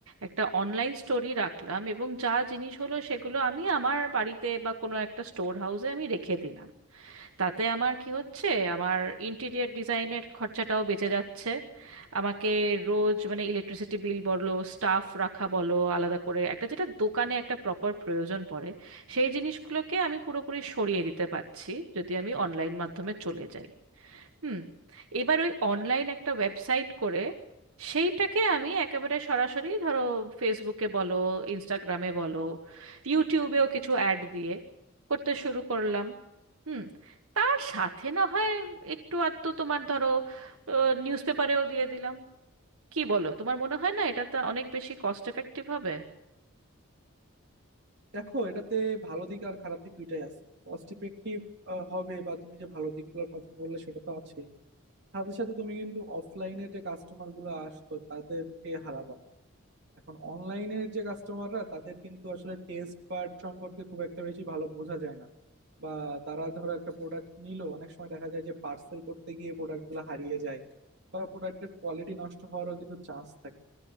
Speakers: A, on the right; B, on the right.
A: একটা অনলাইন স্টোরি রাখলাম এবং যা জিনিস হলো সেগুলো আমি আমার বাড়িতে বা কোনো একটা স্টোর হাউসে আমি রেখে দিলাম তাতে আমার কি হচ্ছে আমার ইন্টেরিয়ার ডিজাইনের খরচাটাও বেঁচে যাচ্ছে আমাকে রোজ মানে ইলেকট্রিসিটি বিল বলো স্টাফ রাখা বলো আলাদা করে একটা যেটা দোকানে একটা প্রপার প্রয়োজন পড়ে সেই জিনিসগুলোকে আমি পুরোপুরি সরিয়ে দিতে পারছি যদি আমি অনলাইন মাধ্যমে চলে যাই হুম এবার ওই অনলাইন একটা ওয়েবসাইট করে সেইটাকে আমি একেবারে সরাসরি ধরো ফেসবুকে বলো ইনস্টাগ্রামে বলো ইউটিউবেও কিছু অ্যাড দিয়ে করতে শুরু করলাম হুম তার সাথে না হয় একটু আধটু তোমার ধরো নিউজ পেপারেও দিয়ে দিলাম কি বলো তোমার মনে হয় না এটা তো অনেক বেশি কস্ট এফেক্টিভ হবে
B: দেখো এটাতে ভালো দিক আর খারাপ দিক দুইটাই আছে কস্ট ইফেক্টিভ হবে বা তুমি যে ভালো দিকগুলোর কথা বললে সেটা তো আছেই সাথে সাথে তুমি কিন্তু অফলাইনে যে কাস্টমার গুলো আসতো তাদেরকে হারাবা এখন অনলাইনে যে কাস্টমাররা তাদের কিন্তু আসলে টেস্ট পার্ট সম্পর্কে খুব একটা বেশি ভালো বোঝা যায় না বা তারা ধরো একটা প্রোডাক্ট নিল অনেক সময় দেখা যায় যে পার্সেল করতে গিয়ে প্রোডাক্ট গুলো হারিয়ে যায় বা প্রোডাক্টের কোয়ালিটি নষ্ট হওয়ারও কিন্তু চান্স থাকে